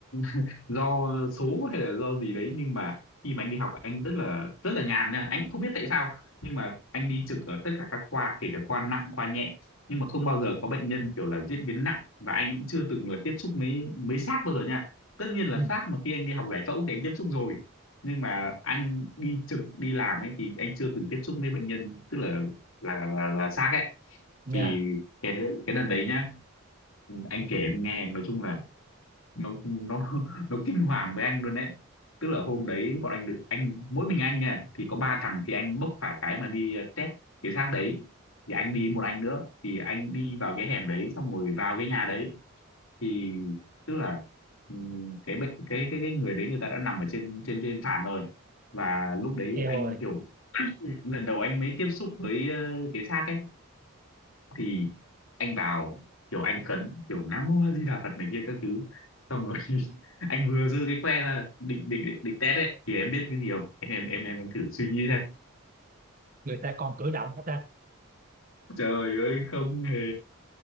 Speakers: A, on the left; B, on the right.
A: <laughs> do số hay là do gì đấy nhưng mà khi mà anh đi học anh rất là rất là nhàn nha anh cũng không biết tại sao nhưng mà anh đi trực ở tất cả các khoa kể cả khoa nặng khoa nhẹ nhưng mà không bao giờ có bệnh nhân kiểu là diễn biến nặng và anh cũng chưa từng là tiếp xúc mấy mấy xác bao giờ nha tất nhiên là
B: ừ.
A: xác mà khi anh đi học giải phẫu thì anh tiếp xúc rồi nhưng mà anh đi trực đi làm ấy thì anh chưa từng tiếp xúc với bệnh nhân tức là là là là xác ấy
B: Dạ.
A: thì cái cái đợt đấy nhá anh kể em nghe nói chung là nó nó <laughs> nó kinh hoàng với anh luôn đấy tức là hôm đấy bọn anh được anh mỗi mình anh nha thì có ba thằng thì anh bốc phải cái mà đi ờ, test cái xác đấy thì anh đi một anh nữa thì anh đi vào cái hẻm đấy xong rồi vào cái nhà đấy thì tức là ừm, cái bệnh cái cái cái người đấy người ta đã nằm ở trên trên trên sàn rồi và lúc đấy
B: Eo
A: anh
B: ơi,
A: kiểu <clears throat> lần đầu anh mới tiếp xúc với ờ, cái xác ấy thì anh vào kiểu anh khấn kiểu Nam Mô A Di Đà Phật này kia các thứ xong rồi <laughs> anh vừa giơ cái que ra định định định, định test ấy thì em biết cái gì không em em em em, thử suy nghĩ xem
B: người ta còn cử động hết ta.
A: trời ơi không hề